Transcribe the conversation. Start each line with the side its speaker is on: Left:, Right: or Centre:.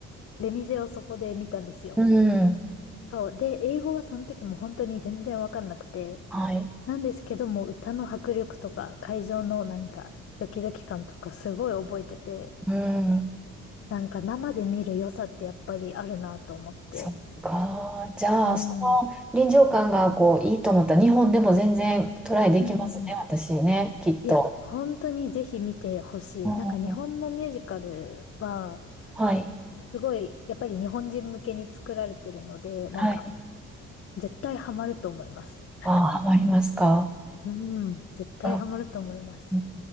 Left: レミゼをそこで見たんですよ。
Centre: うん。
Left: そう。で、英語はその時も本当に全然わかんなくて、
Centre: はい。
Left: なんですけども歌の迫力とか会場のなんかドキドキ感とかすごい覚えてて、
Centre: うん、
Left: なんか生で見る良さってやっぱりあるなと思って。
Centre: そっか。じゃあ、
Left: うん。
Centre: その臨場感がこういいと思ったら、日本でも全然トライできますね、
Left: うんうんうん
Centre: 私ね、きっと。
Left: いや、本当にぜひ見てほしい。
Centre: うん、
Left: なんか日本のミュージカルは、
Centre: はい、
Left: すごい、やっぱり日本人向けに作られてるので、なんか、
Centre: はい。
Left: 絶対ハマると思います。
Centre: ああ、ハマりますか。
Left: うん、絶対ハマると思います。
Centre: あ、うん